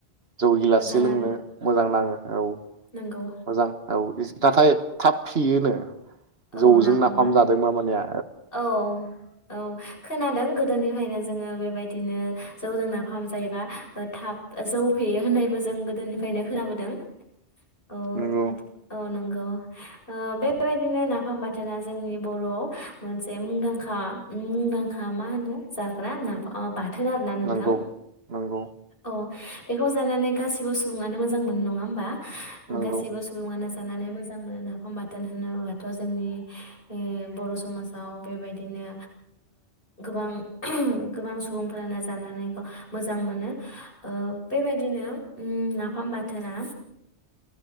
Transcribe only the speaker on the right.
जौ गिलाससे
लोंनो
मोजां नाङो। औ
मोजां औ नाथाय थाब फेयोनो
जौजों
नाफाम जादोंबा मानिया
नंगौ
नंगौ नंगौ
नंगौ